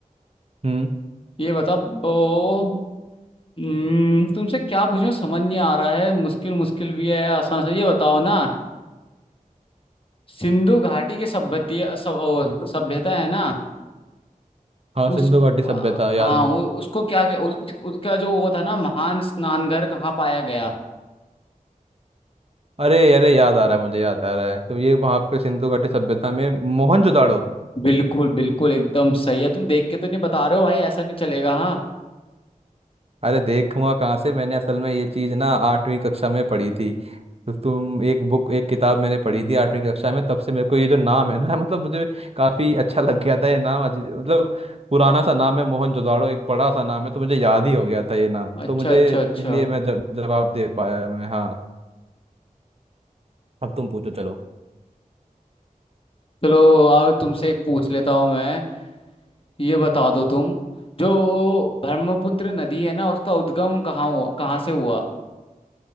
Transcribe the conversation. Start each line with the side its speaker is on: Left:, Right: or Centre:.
Right: हम्म
Left: ये बता वो हम्म, तुमसे क्या पूछूं समझ नहीं आ रहा है मुश्किल मुश्किल भी है आसान से ये बताओ ना सिंधु घाटी की सभ्यती सब ओ, सभ्यता है ना
Right: हाँ सिंधु
Left: उस
Right: घाटी सभ्यता याद
Left: हाँ उ- उसको क्या कह- उस, उस- उसका जो वो था ना महान स्नानघर कहाँ पाया गया
Right: अरे अरे याद आ रहा है मुझे याद आ रहा है तो ये वहां पे सिंधु घाटी सभ्यता में मोहनजोदाड़ो
Left: बिल्कुल बिल्कुल एकदम सही है तुम देख के तो नहीं बता रहे हो भाई ऐसा नहीं चलेगा हाँ
Right: अरे देखूंगा कहाँ से मैंने असल में ये चीज़ ना आठवीं कक्षा में पढ़ी थी तो तुम एक बुक एक किताब मैंने पढ़ी थी आठवीं कक्षा में तब से मेरे को ये जो नाम है ना <laughs> मतलब मुझे काफ़ी अच्छा लग गया था ये नाम अजी- मतलब पुराना सा नाम है मोहनजोदाड़ो एक बड़ा सा नाम है तो मुझे याद ही हो गया था ये नाम
Left: अच्छा
Right: तो मुझे
Left: अच्छा अच्छा
Right: इसलिए मैं ज- जवाब दे पाया मैं हाँ अब तुम पूछो चलो
Left: चलो अब तुमसे एक पूछ लेता हूँ मैं ये बता दो तुम जो ब्रह्मपुत्र नदी है ना उसका उद्गम कहाँ हुआ कहाँ से हुआ